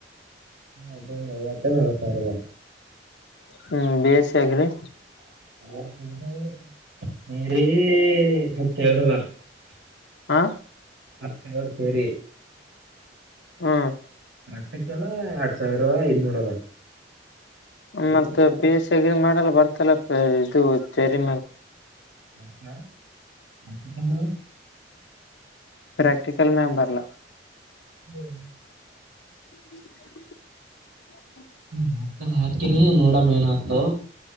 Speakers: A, on the right; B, on the left.
A: ಅದೊಂದ್ ಐವತ್ ರಿಂದ ನಲ್ವತ್ ಸಾವ್ರದ.
B: ಹ್ಮ್ ಬಿ ಎ ಸ್ಸಿ ಆಗ್ರಿ.
A: <unintelligible> <unintelligible>
B: ಹಾ.
A: <unintelligible> ಅವರ್ ಸೇರಿ.
B: ಹ್ಮ್
A: <unintelligible> ಎರಡ್ ಸಾವ್ರ ಇನ್ನೂರದ.
B: ಮತ್ತ ಪ ಎಸ್ ಸಿ ಅಗ್ರಿ ಮಾಡಲ್ಲ ಬರ್ತಲ್ಲ ಇದು ಸರಿ
A: <inaudible>
B: ಪ್ರಾಕ್ಟಿಕಲ್ ಮ್ಯಮ್ ಬರ್ಲ
A: ಹ್ಮ್
B: <inaudible>
A: ಮತ್ ಹಾಕ್ತಿನಿ ನೋಡಾಮೇನ್ ದೊ